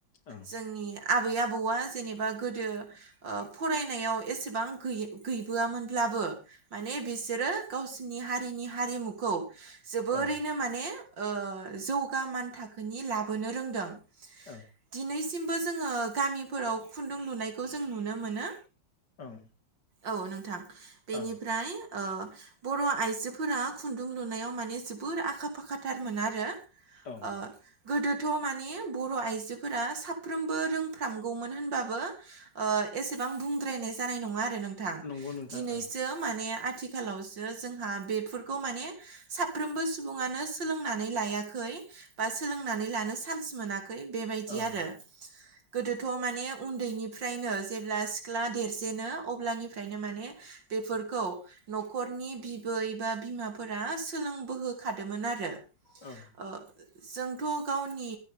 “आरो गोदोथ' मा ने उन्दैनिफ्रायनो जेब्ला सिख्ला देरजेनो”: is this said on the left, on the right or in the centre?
Right